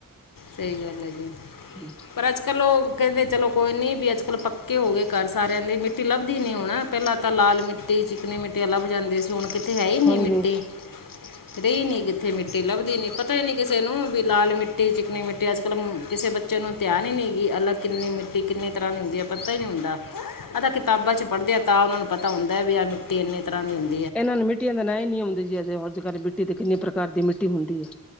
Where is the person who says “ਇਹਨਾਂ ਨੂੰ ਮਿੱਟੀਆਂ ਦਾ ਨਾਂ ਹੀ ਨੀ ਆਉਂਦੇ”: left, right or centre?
Centre